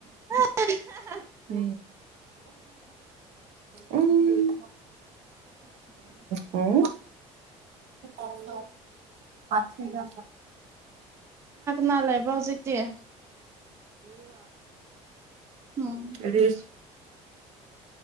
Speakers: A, on the right; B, on the right.
A: ꯍ
B: ꯝ ꯎꯝ ꯎꯝ ꯎꯝ ꯑꯣ ꯁꯤꯒꯦ
A: ꯅ ꯂꯩꯕ꯭ꯔꯥꯎꯣꯖꯤꯛꯇ ꯎꯝ
B: ꯑ